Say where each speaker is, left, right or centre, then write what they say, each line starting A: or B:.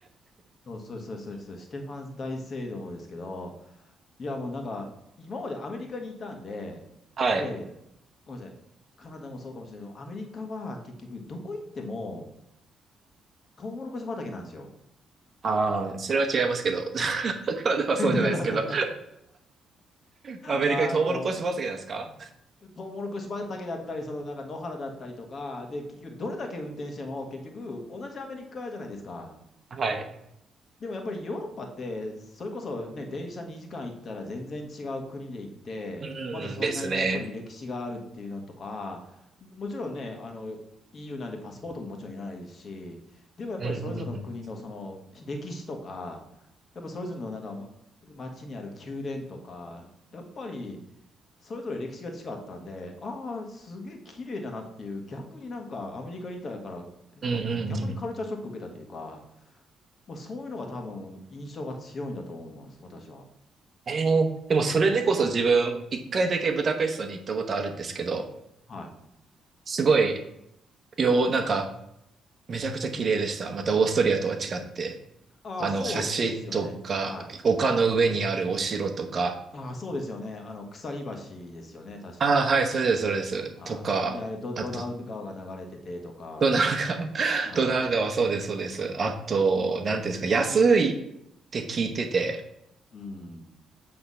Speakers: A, on the left; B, on the right.
A: そうそうそうそうそう、ステファン大聖堂ですけど、いやもうなんか、今までアメリカにいたんで、
B: はい。
A: で、ごめんなさい、カナダもそうかもしれないけど、アメリカは結局どこ行っても、トウモロコシ畑なんですよ。
B: ああ、それは違いますけど。<laughs> カナダはそうじゃないですけど。
A: <laughs>
B: アメリカにトウモロコシ畑なんですか
A: あの、トウモロコシ畑だったり、そのなんか野原だったりとか、で、結局どれだけ運転しても、結局同じアメリカじゃないですか。
B: はい。
A: でもやっぱりヨーロッパって、それこそね、電車2時間行ったら全然違う国で行って、
B: うん、
A: またそれなりのやっぱり歴史があるっていうのとか、
B: ですね。
A: もちろんね、あの、EU なんでパスポートももちろんいらないですし、でもやっぱりそれぞれの国のその歴史とか、
B: うん、うん、うん。
A: やっぱそれぞれのなんかま街にある宮殿とか、やっぱりそれぞれ歴史が違ったんで、ああ、すげえ綺麗だなっていう、逆になんかアメリカにいたから、なんか逆にカルチャーショック受けたというか、
B: うんうんうん。
A: もうそういうのが多分印象が強いんだと思います、私は。
B: えーでもそれでこそ自分、一回だけブダペストに行ったことあるんですけど、
A: はい。
B: すごい、よう、なんか、めちゃくちゃ綺麗でした。またオーストリアとは違って、
A: ああ、
B: あの、
A: そうですよね。
B: 橋とか、
A: はい。
B: 丘の上にあるお城とか、
A: ああ、そうですよね。あの、鎖橋ですよね、確か。
B: ああ、はい、それです、それです。
A: はい。
B: とか、
A: で、あれド、ドナウ川が流れててとか、
B: あと、ドナウ川、<laughs>
A: は
B: ドナウ川、そうです、そうです。あと、なんていうんですか、安いって聞いてて、
A: い。うん、